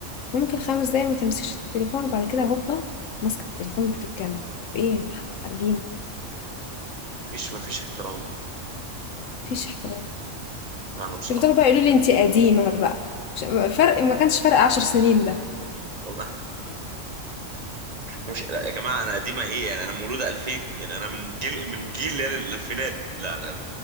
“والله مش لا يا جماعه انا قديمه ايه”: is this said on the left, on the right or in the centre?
Right